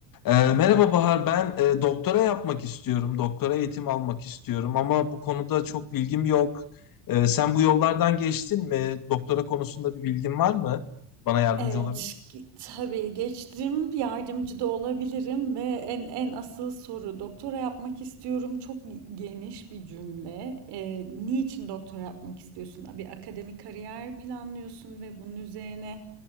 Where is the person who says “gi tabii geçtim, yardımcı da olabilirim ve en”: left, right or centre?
Right